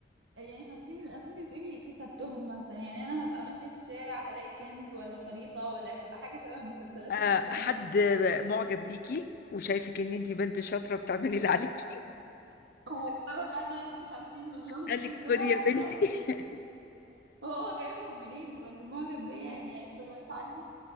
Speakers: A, on the right; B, on the left.
A: يعني 50 اصل انت بتقولي كسبتهم مثلا يعني انا هبقى ماشية في الشارع هلاقي كنز ولا خريطة ولا تبقى حاجة شبه المسلسلات
B: آه،
A: والافلام
B: حد معجب بيكي وشايفك ان انتي بنت شاطره بتعملي اللي عليكي
A: وقرر بقى ان هو يديني 50 مليون
B: قال
A: جنيه
B: لك
A: كده
B: خدي يا بنتي
A: ويس
B: <laughs>
A: وهو جايبهم منين واللي معجب بيا يعني هيفضل واقف عندي